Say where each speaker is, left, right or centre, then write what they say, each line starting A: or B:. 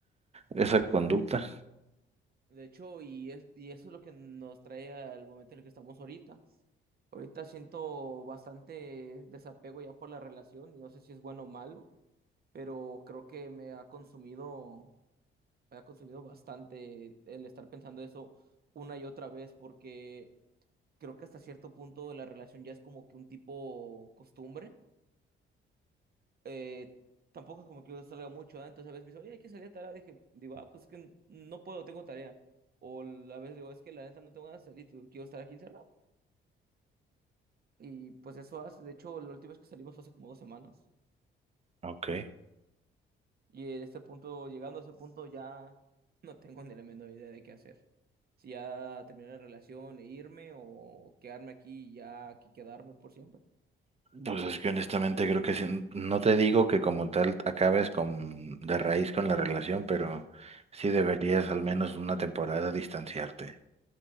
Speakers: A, on the right; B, on the right.
A: esa conducta.
B: De hecho, y, es, y eso es lo que nos trae al momento en el que estamos ahorita. Ahorita siento bastante desapego ya por la relación y no sé si es bueno o malo, pero creo que me ha consumido, me ha consumido bastante el estar pensando eso una y otra vez porque creo que hasta cierto punto la relación ya es como que un tipo costumbre eh, tampoco es como que yo salga mucho, ¿ah? Entonces a veces me dice, oye, hay que salir a tal Dije, digo, ah, pues es que no puedo, tengo tarea. O a veces digo, es que la neta no tengo ganas de salir, tú- quiero estar aquí encerrado. Y pues eso hace, de hecho, la última vez que salimos fue hace como dos semanas.
A: Ok.
B: Y en este punto, llegando a ese punto, ya <laughs> no tengo ni la menor idea de qué hacer. Si ya terminar la relación e irme o quedarme aquí y ya aquí quedarme por siempre.
A: Pues es que honestamente creo que sí, no te digo que como tal acabes con, de raíz con la relación, pero sí deberías al menos una temporada distanciarte.